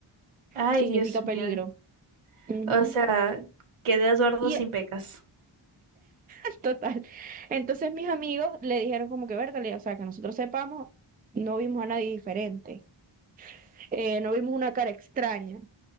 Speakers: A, on the right; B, on the right.
A: Ay,
B: Significa
A: Dios
B: peligro.
A: mío.
B: Ujú.
A: O sea, quedé Eduardo
B: Y
A: sin
B: <laughs>
A: pecas.
B: es total. Entonces mis amigos le dijeron como que, Bertale, o sea, que nosotros sepamos, no vimos a nadie diferente, eh, no vimos una cara extraña.